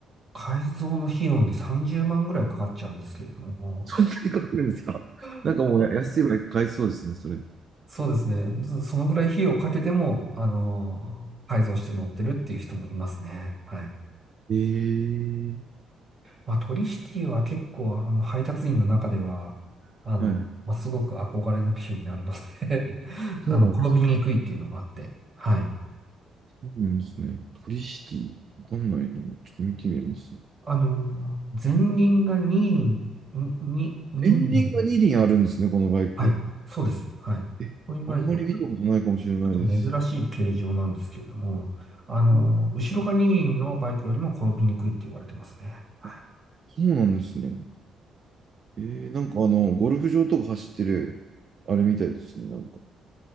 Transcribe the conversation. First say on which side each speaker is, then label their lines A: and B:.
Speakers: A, on the right; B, on the right.
A: 改造の費用に30万ぐらいかかっちゃうんですけれども、
B: そんなにかかるんですか。<laughs>
A: <laughs>
B: なんかもうや安いぐらい買えそうですね、
A: あ
B: それ。
A: そうですね。ずそのぐらい費用をかけても、あのー改造して乗ってるっていう人もいますね。はい。
B: えー、
A: まあ、トリシティは結構、あの、配達員の中では、あの、
B: はい。
A: まあ、すごく憧れの機種になるので <laughs>
B: そうなんです。
A: あの、転びにくいっていうのもあって、はい。
B: そうなんですね。トリシティ。わかんないな。ちょっと見てみます。
A: あの、前輪が二輪、に、に、
B: エンディングが2輪あるんですね、
A: 2輪。
B: このバイク。
A: はい。そうです。はい。
B: え、
A: こういうバイク、
B: あんまり見たことないかもしれないです。
A: ちょっと珍しい形状なんですけれども、あの、
B: うん
A: 後ろが二輪のバイクよりも転びにくいって言われてますね。はい。
B: あそうなんですね。えー、なんかあの、ゴルフ場とか走ってる、あれみたいですね。なんか、